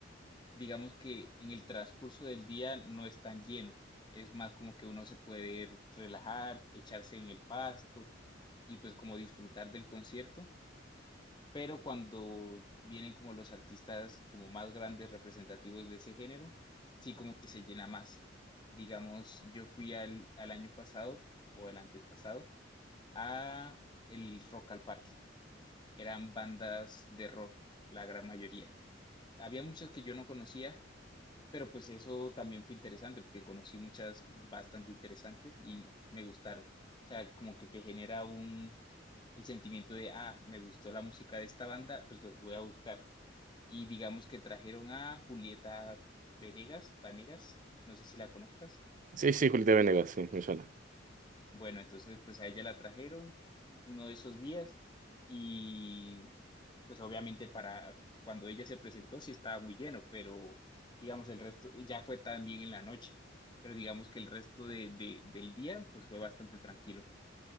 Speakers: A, on the left; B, on the right.
A: digamos que en el transcurso del día no es tan lleno. Es más como que uno se puede relajar, echarse en el pasto y pues como disfrutar del concierto. Pero cuando vienen como los artistas como más grandes representativos de ese género, sí como que se llena más. Digamos, yo fui al, al año pasado o el antes pasado a el Rock al Parque. Eran bandas de rock, la gran mayoría. Había muchas que yo no conocía pero pues eso también fue interesante porque conocí muchas bastante interesantes y me gustaron. O sea, como que te genera un, el sentimiento de, ah, me gustó la música de esta banda, pues los voy a buscar. Y digamos que trajeron a Julieta Venegas, Vanegas, no sé si la conozcas.
B: Sí, sí, Julieta Venegas, sí, me suena.
A: Bueno, entonces pues a ella la trajeron uno de esos días y pues obviamente para cuando ella se presentó sí estaba muy lleno, pero digamos el resto ya fue también en la noche, pero digamos que el resto de, de- del día pues fue bastante tranquilo.